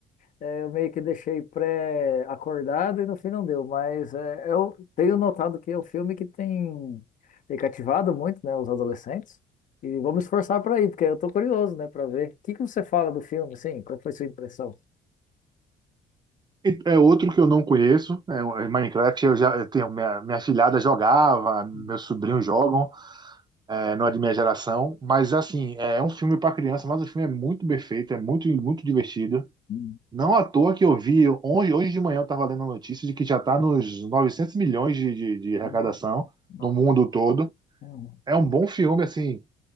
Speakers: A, on the left; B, on the right.
A: É, Eu meio que deixei pré-acordado e no fim não deu, mas é, eu tenho notado que é um filme que tem, tem cativado muito, né, os adolescentes. E vamos esforçar para ir, porque eu tô curioso, né, para ver. O que que você fala do filme, assim? Qual foi sua impressão?
B: E é outro que eu não conheço, né, Minecraft eu já eu tenho, minha, minha filhada jogava, meus
A: Hum,
B: sobrinhos jogam, eh, não é de minha geração, mas assim, é um filme para criança, mas o filme é muito bem feito, é muito, muito divertido.
A: hum.
B: Não à toa que eu vi, hoje, hoje de manhã eu estava lendo a notícia de que já está nos 900 milhões de, de, de arrecadação
A: Nossa, nossa.
B: no mundo todo.
A: hum,
B: É um bom filme, assim.